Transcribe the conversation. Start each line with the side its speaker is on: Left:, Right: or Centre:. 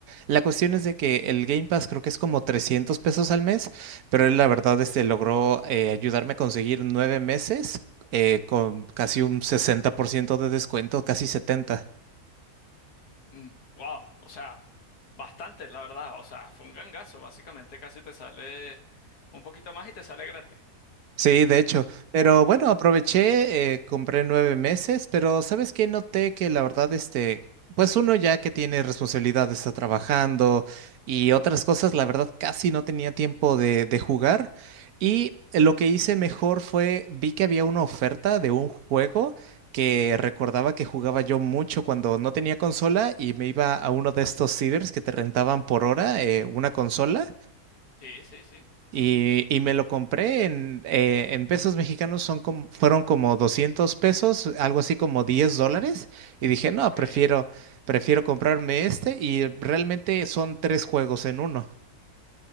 Right: La cuestión es de que el Game Pass creo que es como 300 pesos al mes, pero él la verdad este logró eh, ayudarme a conseguir nueve meses eh, con casi un 60% de descuento, casi 70.
Left: Mm, wow, o sea, bastante, la verdad. O sea, fue un gangazo. Básicamente casi te sale un poquito más y te sale gratis.
Right: Sí, de hecho, pero bueno, aproveché, eh, compré nueve meses, pero ¿sabes qué? Noté que la verdad, este, pues uno ya que tiene responsabilidades, está trabajando y otras cosas, la verdad casi no tenía tiempo de, de jugar y lo que hice mejor fue, vi que había una oferta de un juego que recordaba que jugaba yo mucho cuando no tenía consola y me iba a uno de estos cibers que te rentaban por hora, eh, una consola.
Left: Sí, sí, sí.
Right: Y, y me lo compré en, eh, en pesos mexicanos, son como, fueron como 200 pesos, algo así como 10 dólares. Y dije, no,
Left: Ok.
Right: prefiero, prefiero comprarme este. Y realmente son tres juegos en uno.